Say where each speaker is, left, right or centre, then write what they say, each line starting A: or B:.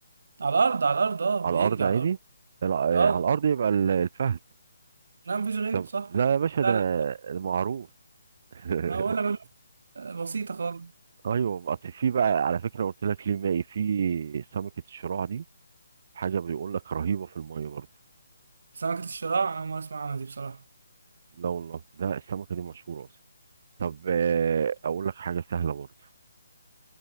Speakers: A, on the right; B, on the right.
A: على الأرض على الأرض آه
B: على
A: بيجري
B: الارض عادي
A: على الأرض
B: لا،
A: آه
B: آه، على الارض يبقى ال- الفهد
A: لا مفيش غيره
B: ده
A: صح
B: لا يا باشا ده
A: سهلة
B: معروف <laughs>
A: آه، ولا بل- بسيطة خالص
B: ايوه اصل في بقى على فكره قلت لك ليه مائي في سمكه الشراع دي حاجه بيقول لك رهيبه في الميه برضه
A: سمكة الشراع أنا ما أسمع عنها دي بصراحة
B: لا والله ده السمكه دي مشهوره اصلا طب آه، اقول لك حاجه سهله برضه